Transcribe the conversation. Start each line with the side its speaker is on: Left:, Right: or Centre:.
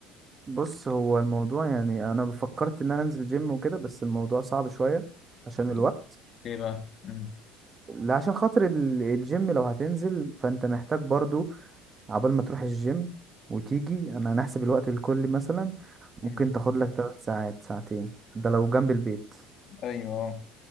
Right: بص هو الموضوع يعني انا فكرت ان انا انزل جيم وكده بس الموضوع صعب شوية عشان
Left: بت-
Right: الوقت
Left: ايه بقى امم
Right: لا عشان خاطر ال- الجيم لو هتنزل فانت محتاج برضو عبال ما تروح الجيم وتيجي انا هنحسب الوقت الكلي مثلا ممكن
Left: امم
Right: تاخد لك 3 ساعات ساعتين ده لو جنب البيت
Left: ايوه